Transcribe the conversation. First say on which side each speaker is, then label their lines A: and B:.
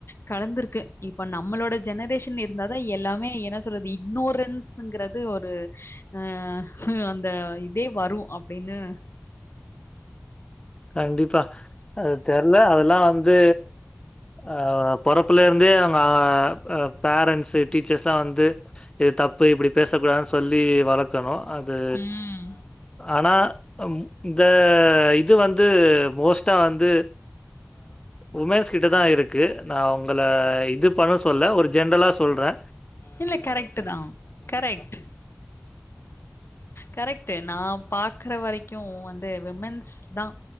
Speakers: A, on the left; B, on the left.
A: கலந்துருக்கு இப்ப நம்மளோட ஜெனரேஷன் இருந்தாதா எல்லாமே என்ன சொல்றது இக்னோரன்ஸ்ங்கிறது ஒரு அ அந்த இதே வரு அப்டினு
B: கண்டிப்பா அது தெர்ல அதெல்லா வந் து ஆ பொறப்புல இருந் து அவுங்க பேரண்ட்ஸ் டீச்சர்ஸ்லா வந்து இது தப்பு இப்புடி பேசக்குடாதுன் சொல்லி வளக்கணு அது
A: ம்.
B: அனா இந்த இ இது வந்து மோஸ்ட்டா வந்து உமெஸ் கிட்ட தா இருக்கு நா உங்கள இது பண்னு சொல்ல ஒரு ஜென்ரலா சொல்றே
A: இல்ல கரெக்ட்டு தா கரெக்ட் கரெக்ட் நா பாக்ற வரக்கு வந்து விமன்ஸ் தா